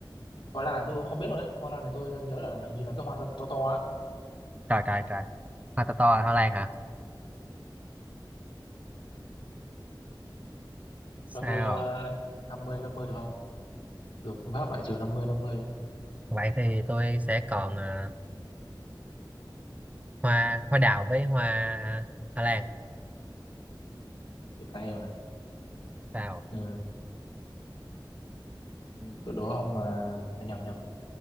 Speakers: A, on the left; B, on the right.
A: hoa lan này tôi cũng không biết luôn đấy hoa lan này tôi nhớ là hình như là cái hoa to to, to á
B: trời trời trời hoa to to là hoa lan hả sao
A: cho tôi uh, năm mươi năm mươi được không dùng phương pháp loại trừ năm mươi năm mươi
B: vậy thì tôi sẽ còn ờ, hoa hoa đào với hoa hoa lan
A: hiện nay mà
B: sao
A: ừ. Ừ. đó ông mà nhầm nhầm